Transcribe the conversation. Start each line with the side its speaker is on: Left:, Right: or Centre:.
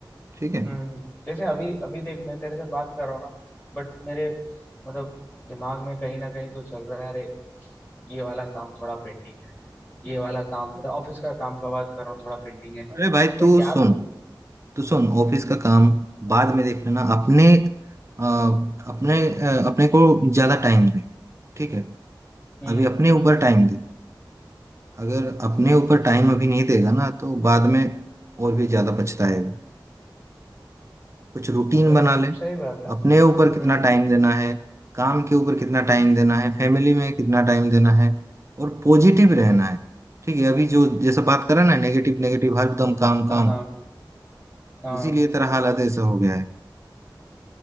Right: ठीक है
Left: हम्म जैसे अभी अभी देख मैं तेरे से बात कर रहा हूँ ना बट मेरे मतलब दिमाग में कहीं ना कहीं तो चल रहा है अरे ये वाला काम थोड़ा पेंडिंग है ये वाला काम मतलब ऑफिस का काम का बात कर रहा हूँ थोड़ा पेंडिंग है
Right: अरे भाई
Left: अब मैं
Right: तू
Left: क्या
Right: सुन
Left: बोलूँ
Right: तू सुन ऑफिस का काम बाद में देख लेना अपने अ, अपने अ, अपने को ज्यादा टाइम दे ठीक है
Left: हम्म
Right: अभी अपने ऊपर टाइम दे अगर अपने ऊपर टाइम अभी नहीं देगा ना तो बाद में और भी ज्यादा पछताएगा कुछ रूटीन
Left: राइट
Right: बना ले
Left: सही बात है हम्म
Right: अपने ऊपर कितना टाइम देना है काम के ऊपर कितना टाइम देना है फैमिली में कितना टाइम देना है और पॉजिटिव रहना है ठीक है अभी जो जैसा बात करा ना नेगेटिव नेगेटिव हरदम काम काम
Left: हाँ हाँ हाँ
Right: उसीलिए तेरा हालत ऐसा हो गया है